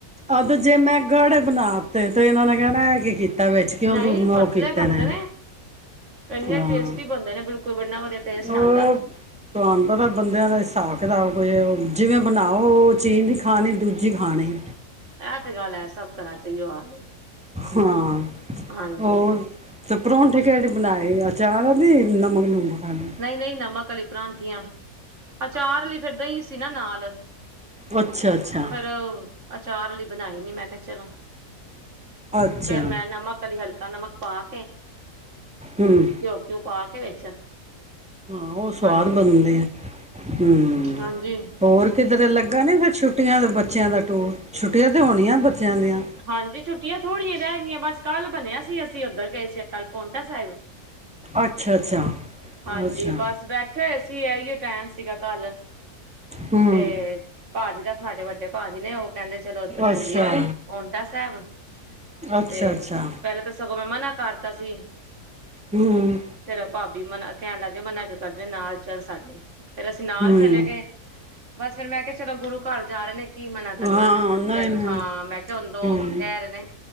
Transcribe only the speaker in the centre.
ਅਦ ਜੇ ਮੈਂ ਗਾੜੇ ਬਣਾਤੇ ਤੇ ਇਹਨਾਂ ਨੇ ਕਹਿਣਾ ਇਹ ਕੀ ਕੀਤਾ। ਵਿੱਚੇ ਕਿਉਂ
ਤੂੰ
ਉਹ ਕੀਤੇ
ਨੇ
ਹਾਂ
ਅ
ਤੁਹਾਨੂੰ ਪਤਾ ਬੰਦਿਆਂ ਦਾ ਹਿਸਾਬ ਕਿਤਾਬ ਕੋਈ ਜਿਵੇਂ ਬਣਾਓ ਉਹ ਚੀਜ਼ ਨਹੀਂ ਖਾਣੀ ਦੂਜੀ ਖਾਣੀ।
ਹਾਂ
ਹੋਰ। ਤੇ ਪਰੌਂਠ ਕੇੜਏ ਬਣਾਏ ਆਚਾਰ ਦਾ ਦੀ ਨਮਕ ਨੁਮਕ ਵਾਲੇ
ਅੱਛਾ ਅੱਛਾ
ਅੱਛਾ
ਹੂੰ
ਹਾਂ, ਉਹ ਸਵਾਦ
ਬਣਦੇ ਆ ਹੂੰ।
ਹੋਰ ਕਿਧਰ ਲੱਗਾ ਨਹੀਂ ਫਿਰ ਛੁੱਟੀਆਂ ਦਾ ਬੱਚਿਆਂ ਦਾ ਟੂਰ ਛੁੱਟੀਆਂ ਤਾਂ ਹੋਣੀਆਂ ਬੱਚਿਆਂ ਦੀਆਂ।
ਅੱਛਾ ਅੱਛਾ
ਅੱਛਾ
ਹੂੰ
ਅੱਛਾ
ਅੱਛਾ
ਅੱਛਾ
ਹੂੰ,
ਹੂੰ
ਹਾਂ
ਨਹੀਂ
ਨਹੀਂ
ਹਮ